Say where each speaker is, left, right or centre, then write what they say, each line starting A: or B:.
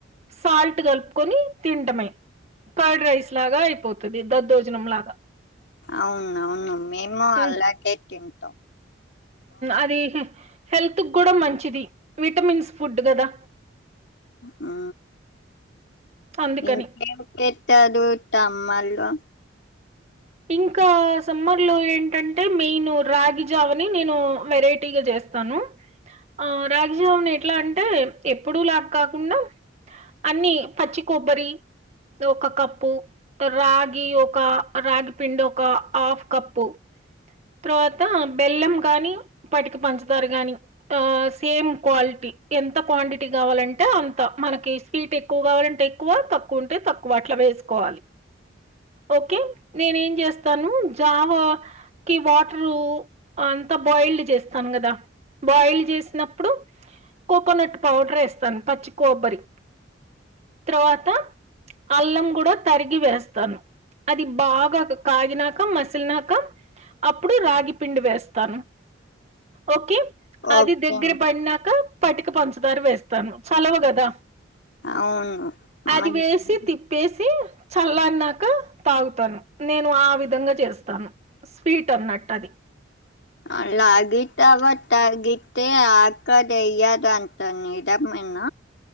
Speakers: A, on the right (about 35°); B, on the left (about 60°).
A: సాల్ట్ కలుపుకొని తింటమే ఫైడ్ రైస్ లాగా అయిపోతుది దద్దోజనం లాగా
B: అవును అవును మేము
A: ఉమ్
B: అలాగే తింట
A: అది హెల్త్ కూడా మంచిది విటమిన్స్ ఫుడ్ కదా
B: ఆ
A: అందుకని
B: ఇంకే పెట్టదు త అమ్మాలు
A: ఇంకా సమ్మర్ లో ఏంటంటే మెయిన్ ను రాగిజావని నేను వెరైటీగా చేస్తాను ఆ రాగి జామున్ ఎట్లా అంటే ఎప్పుడు లాగ కాకుండా అన్ని పచ్చి కొబ్బరి ఒక కప్పు రాగి ఒక రాగి పిండి ఒక హాఫ్ కప్పు తర్వాత బెల్లం కాగానీ పటికి పంచతార గాని ఆ సేమ్ క్వాలిటీ ఎంత క్వాంటిటీ కావాలంటే అంత మనకి స్వీట్ ఎక్కువ కావాలంటే ఎక్కువ తక్కువ ఉంటే తక్కువ అట్లా వేసుకోవాలి ఓకే నేనేం చేస్తాను జావా కిి వాటరు అంతా బాయిల్డ్ చేస్తాను కదా బాయిల్ చేసినప్పుడు కోకోనట్ పౌడర్ వేస్తాను పచ్చి కొబ్బరి తర్వాత అల్లం కూడా తరిగి వేస్తాను అది బాగా కాగిినక మసిలినాక అప్పుడు రాగి పిండి వేస్తాను ఓకే అది
B: ఓకే
A: దగ్గర పడినాక పటిక పంచదార వేస్తాను చలువ గదా.
B: అవును
A: అది
B: మంచిది
A: వేసి తిప్పేసి చల్లాని నాక తాగుతాను నేను ఆ విధంగా చేస్తాను స్వీట్ అన్నట్టు అది
B: అ లాగితవ తగితే ఆకదయ్యద అంత నిదంన్న